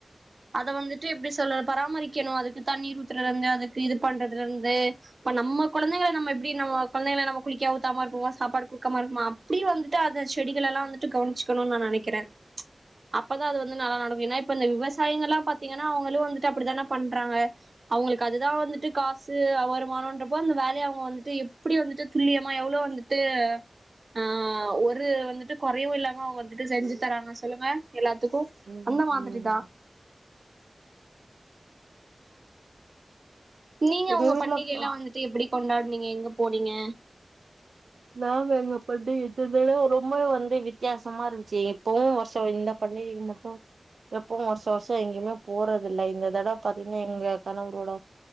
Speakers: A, on the right; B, on the right.
A: அத வந்துட்டு எப்டி சொல்ல பராமரிக்கணு அதுக்கு தண்ணீர் ஊத்துறலருந்து அதுக்கு இது பண்றதுலருந்து இப்ப நம்ம கொழந்தங்கள நம்ம எப்டி நம்ம கொழந்தங்கள நம்ம குளிக்க ஊத்தாமருப்போமா சாப்பாடு குடுக்காம இருப்மா அப்டி வந்துட்டு அத செடிகளல்லா வந்துட்டு கவ்னிச்சிக்கணூன் நா நெனைக்கிற அப்பதா அது வந்து நல்லா நடக்கு ஏனா இப்ப இந்த விவஸ் சாயிங்கல்லா பாத்திங்கனா அவுங்களு வந்துட்டு அப்டிதான பண்றாங்க அவுங்களுக் அதுதா வந்துட்டு காசு அ வருமானன்றப்போ அந்த வேலய அவுங்க வந்துட்டு எப்டி வந்துட்டு துல்லியமா எவ்ளோ வந்துட்டு ஆஹ் ஒரு வந்துட்டு கொறயுல்லாம அவுங்க வந்துட்டு செஞ்சுதராங்க சொல்லுங்க எல்லாத் த்துக்கு
B: ம் ம்
A: அந்த மாதிரி
B: ம்
A: தா நீங்க
B: எங்க
A: உங்க
B: வீட்ல
A: பண்டிகைல்லா
B: ப
A: வந்துட்டு எப்டி கொண்டாட் நீங்க எங்க போறிங்க
B: நாங்கெங்கப்படி இந்ததடவ ரொம்பவே வந்து விட் வித்தியாசமாயிருந்ச்சு இப்பவு வருஷொ இந்த பண்டிகைக்கு மட்டும் எப்பவும் வருஷ்ஷோ வருஷ்ஷோ எங்கயுமே போறதில்லை இந்த தடவை பாத்திங்னா எங்க கணவரோட